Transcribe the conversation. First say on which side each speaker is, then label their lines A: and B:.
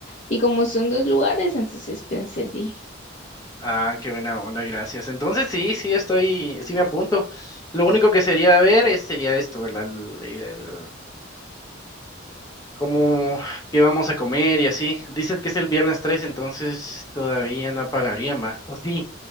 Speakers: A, on the left; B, on the left.
A: y como son dos lugares, entonces pensé, en ti.
B: Ah, qué buena onda, gracias. Entonces sí, sí estoy, sí me apunto. Lo único que sería ver es, sería esto, ¿verdad? El, el- como qué vamos a comer y así. Dices que es el viernes 3, entonces todavía no pagaría más. O sí,